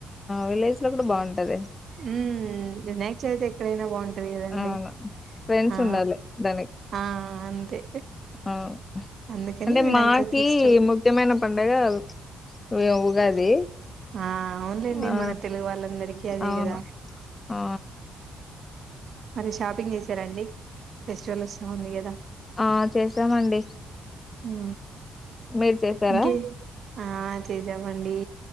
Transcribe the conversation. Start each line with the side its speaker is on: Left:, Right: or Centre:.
Left: విలేజ్ లో కూడ బాన్ అదే
Right: ఉమ్ వినాయక చవితి ఎక్కడైనా బాగుం టది కదండి
Left: అవును ఫ్రెండ్స్
Right: ఆ
Left: ఉండాలి దానికి
Right: ఆ అంతే
Left: అవును
Right: అందుకని
Left: అంటే
Right: వినాయక
Left: మాకి
Right: చవితి ఇష్టం
Left: ముఖ్యమైన పండగ <unintelligible> ఉగాది
Right: ఆ అవునులేండి
Left: ఆ
Right: మన తెలుగు వాళ్ళందరికీ అదే
Left: అవును
Right: కద
Left: ఆ
Right: మరి షా పింగ్ చేసారండి ఫెస్టివల్ ఉంది కదా
Left: ఆ చేసామండి
Right: హు
Left: మీరు చేసారా
Right: ఇంకే ఆ చేసామండి